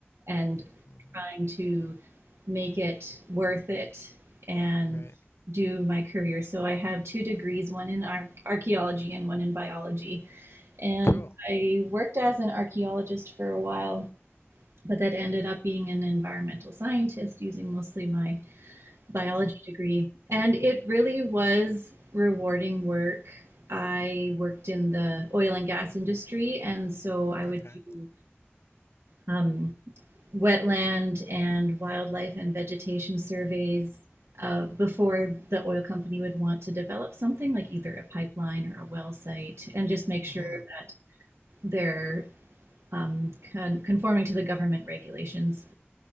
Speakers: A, on the right; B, on the left.
A: and
B: hmm
A: trying to make it worth it and
B: Right.
A: do my career. So I have two degrees, one in ar- archaeology and one in biology. And
B: Cool.
A: I worked as an archaeologist for a while, but that ended up being an environmental scientist using mostly my biology
B: Hmm.
A: degree. And it really was rewarding work. I worked in the oil and gas industry, and so I would
B: Okay.
A: do um, wetland and wildlife and vegetation surveys uh, before the oil company would want to develop something like either a pipeline or a well site and just make sure
B: hmm
A: that they're um, con- conforming to the government regulations,